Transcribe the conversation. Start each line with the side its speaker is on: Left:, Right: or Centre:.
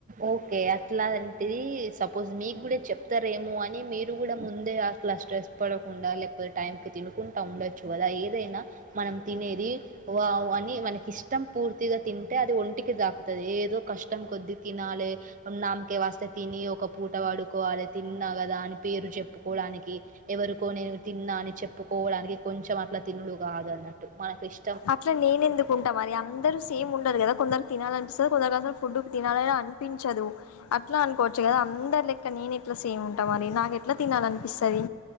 Right: ఓకే అట్లాంటేది. సపోజ్ మీకు కూడా చెప్తారేమో అని మీరు కూడా ముందే అలా స్ట్రెస్ పడకుండా లేకపోతే టైంకి తిినకుంటూ ఉండొచ్చు కదా ఏదైనా. మనం తినేది వావ్ అని మనకి ఇష్టం పూర్తిగా తింటే అది ఒంటికి తాకుతుంది ఏదో కష్టం కొద్ది తినాలి నామకే వస్తే తిని ఒక పూట పడుకోవాలి. తిన్నా కదా అని పేరు చెప్పుకోవడానికి ఎవరికో నేను తిన్నా అని చెప్పుకోవడానికి కొంచెం అట్లా తినుడు కాదు అన్నమాట. మనకు ఇష్ట
Left: అట్లా నేను ఎందుకు ఉంటా మరి. అందరూ సేమ్ ఉండరు కదా కొందరు తినాలని అనిపిస్తాది. కొందరికి ఫుడ్ తినాలని అనిపించదు. అట్లా అనుకోవచ్చు కదా అందరు లెక్క నేను ఎట్లా సేమ్ ఉంటా మరి నాకు ఎట్లా తినాలి అనిపిస్తాది.